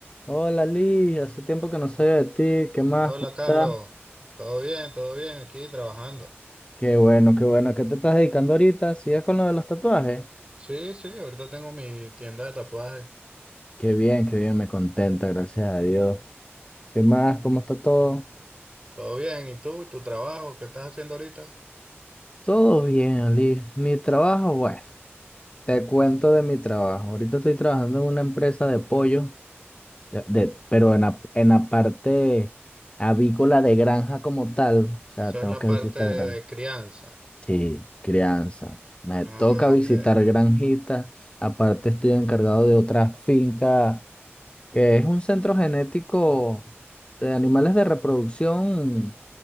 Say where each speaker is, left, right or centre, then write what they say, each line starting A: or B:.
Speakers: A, on the left (about 25°); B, on the right (about 25°).
A: Hola Liz, hace tiempo que no soy de ti, ¿qué más?
B: Hola
A: ¿Cómo
B: Carlos,
A: estás?
B: todo bien, todo bien, aquí trabajando.
A: Qué bueno, qué bueno, ¿qué te estás dedicando ahorita? ¿Sigues con lo de los tatuajes?
B: Sí, sí, ahorita tengo mi tienda de tatuajes.
A: Qué bien, qué bien, me contenta, gracias a Dios. ¿Qué más? ¿Cómo está todo?
B: Todo bien, ¿y tú, tu trabajo, qué estás haciendo ahorita?
A: Todo bien, Liz. Mi trabajo, bueno, te cuento de mi trabajo. Ahorita estoy trabajando en una empresa de pollo, de- de- pero en la, en la parte avícola de granja como tal, o sea,
B: Eso
A: tengo
B: es la
A: que
B: parte
A: visitar
B: de
A: granja.
B: crianza.
A: Sí, crianza. Me
B: Ah,
A: toca visitar
B: ok.
A: granjitas. Aparte estoy encargado de otra finca que es un centro genético de animales de reproducción,